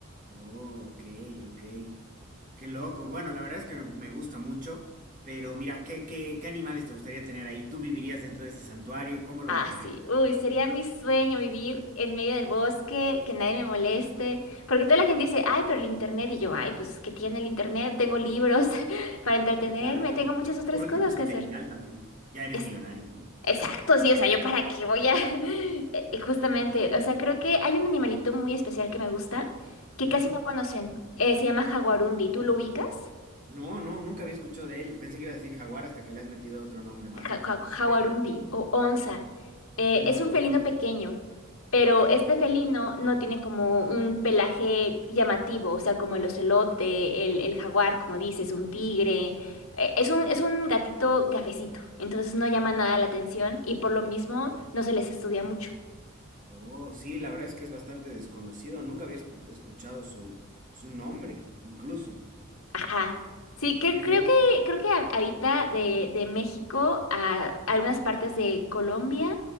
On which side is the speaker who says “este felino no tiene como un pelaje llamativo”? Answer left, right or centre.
Left